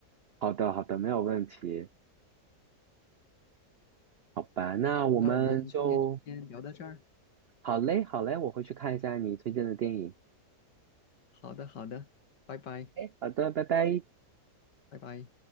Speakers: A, on the right; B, on the left.
A: 好的，好的，没有问题。好吧，那我们就
B: 那我们今天就先聊到这儿。
A: 好嘞，好嘞，我会去看一下你推荐的电影。
B: 好的，好的，拜拜，
A: 哎，好的，拜拜。
B: 拜拜。